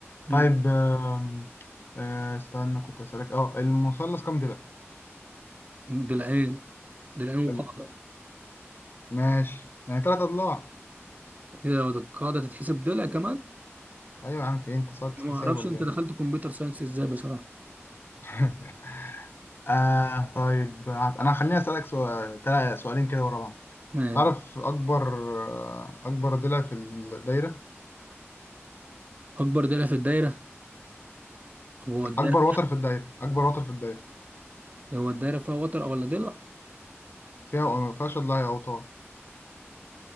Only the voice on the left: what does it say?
طيب آم، آه، استنى كنت اسالك اه المثلث كام ضلع
الم- ماشي يعني ثلاث اضلاع
ايوه يا عم في إيه؟ انت صوت
حساب
ولا
ايه
<laughs> آه طيب آه، انا خليني اسالك سؤال تلا- سؤالين كده ورا بعض
تعرف اكبر آه، اكبر ضلع في الدايره
اكبر وتر في الدايره اكبر وتر في الدايره
فيها ما فيهاش اضلاع يا اوتار